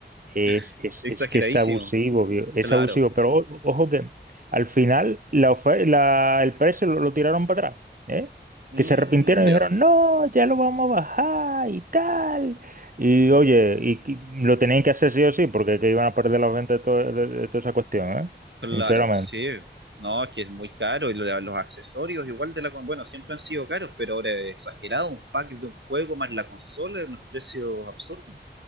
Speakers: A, on the right (about 50°); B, on the right (about 75°).
A: Es,
B: <laughs>
A: es,
B: exageradísimo,
A: es que es abusivo, vio, Es
B: claro.
A: abusivo, pero o- ojo que al final la ofe- la- el precio lo, lo tiraron para atrás, ¿eh?
B: Mm,
A: Que se arrepintieron y
B: ya.
A: dijeron, no, ya lo vamos a bajar y tal. Y oye, y, que- lo tenían que hacer sí o sí, porque que iban a perder los ventas de, todo- de- de toda esa cuestión, ¿eh?
B: Claro,
A: Sinceramente.
B: sí. No, que es muy caro y lo- los accesorios igual de la... con- Bueno, siempre han sido caros, pero ahora es exagerado. Un pack de un juego más la consola es unos precios absurdos